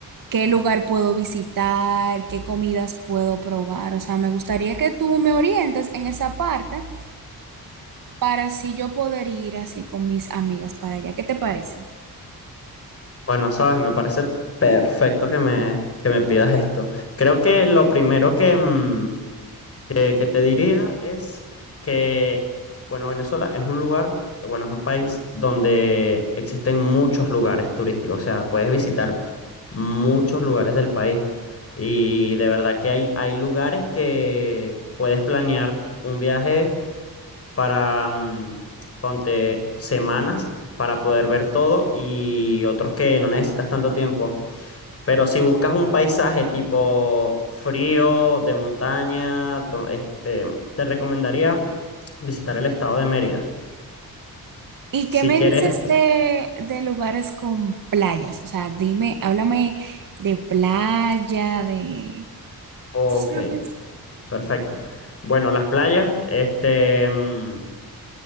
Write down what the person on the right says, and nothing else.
qué lugar puedo visitar, qué comidas puedo probar. O sea, me gustaría que tú me orientes en esa parte para así yo poder ir así con mis amigas para allá. ¿Qué te parece?
¿Y
qué me
dices de, de lugares con playas? O sea, dime, háblame de playa, de...
¿Tú sabes?